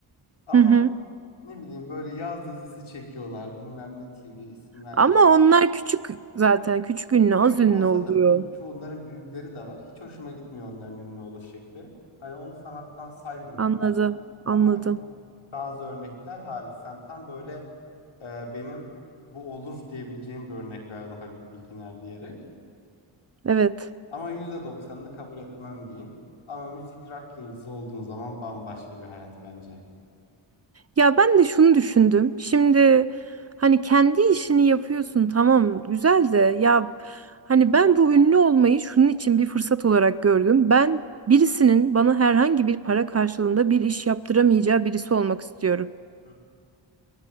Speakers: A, on the left; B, on the right.
A: ama
B: Hı hı.
A: ne bileyim böyle yaz dizisi çekiyorlar. Bilmem ne TV isim vermeyeyim.
B: Ama onlar küçük zaten küçük ünlü
A: Büyük
B: az ünlü
A: olsa
B: oluyor.
A: da büyük çoğu onların büyükleri de var. Hiç hoşuma gitmiyor onların ünlü oluş şekli. Hani onu sanattan saymıyorum
B: Anladım
A: ben.
B: anladım
A: Ama hani bazı örnekler hariç sen tam böyle e, benim bu olur diyebileceğim bir örnek verdin Haluk Bilginer diyerek.
B: evet.
A: Ama %90'ını kabul etmem diyeyim. Ama müzik rock yıldızı olduğun zaman bambaşka bir hayat bence.
B: Ya ben de şunu düşündüm. Şimdi hani kendi işini yapıyorsun tamam güzel de ya hani ben bu ünlü olmayı şunun için bir fırsat olarak gördüm. Ben birisinin bana herhangi bir para karşılığında bir iş yaptıramayacağı birisi olmak istiyorum.
A: Hı hı.